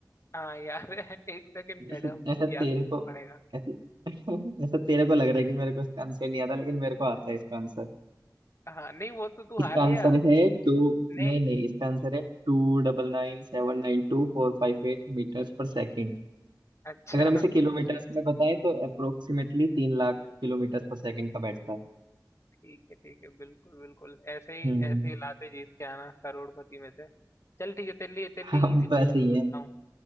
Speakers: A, on the left; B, on the right.
A: हाँ यार <laughs> एक सेकंड मैडम
B: ऐसा ऐसा
A: याद
B: तेरे
A: करना
B: को
A: पड़ेगा
B: ऐसे <laughs> ऐसा तेरे को लग रहा है कि मेरे को इसका आंसर नहीं आता लेकिन मेरे को आता है इसका आंसर
A: हाँ नहीं वो तो तू
B: इसका
A: हार
B: आंसर
A: गया
B: है टू
A: नहीं
B: नहीं नहीं इसका आंसर है टू डबल नाइन सेवन नाइन टू फोर फाइव एट मीटर्स पर सेकेंड
A: अच्छा
B: अगर हम इसे किलोमीटर्स में बताएं तो अप्रोक्सीमेटली तीन लाख किलोमीटर्स पर सेकेंड का बैठता है
A: ठीक है ठीक है बिल्कुल बिल्कुल ऐसे ही
B: हम्म
A: ऐसे ही लाते जीत के आना करोड़पति में से चल ठीक है तेरे लिए तेरे
B: हम
A: लिए इजी क्वेश्चन
B: तो ऐसे ही
A: पूछता
B: है
A: हूँ